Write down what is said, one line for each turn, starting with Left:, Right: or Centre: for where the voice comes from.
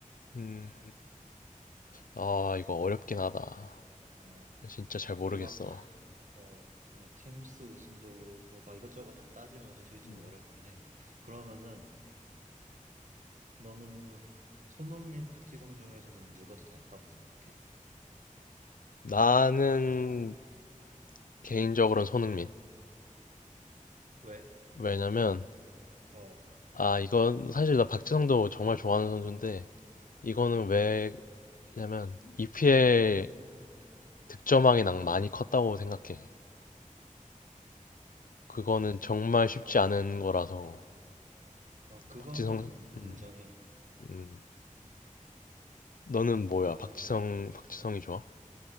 Left: 음, 아, 이거 어렵긴 하다.
Right: 어.
Left: 진짜 잘 모르겠어.
Right: 이게 막, 어, 좀 챔스 우승도 그렇고, 막 이것저것 다 따지면 솔직히 좀
Left: 음.
Right: 어렵긴 해. 그러면은, 너는 손흥민, 박지성 중에서는 누가 더 낫다고 생각해?
Left: 나는 개인적으로는 손흥민.
Right: 왜?
Left: 왜냐면,
Right: 어,
Left: 아, 이건 사실 나 박지성도 정말 좋아하는 선수인데, 이거는
Right: 어,
Left: 왜냐면, EPL 득점왕의 낭 많이 컸다고 생각해. 그거는 정말 쉽지
Right: 어,
Left: 않은 거라서,
Right: 어, 그거는
Left: 박지성, 음,
Right: 인정해.
Left: 음, 너는 뭐야?
Right: 아,
Left: 박지성, 박지성이 좋아?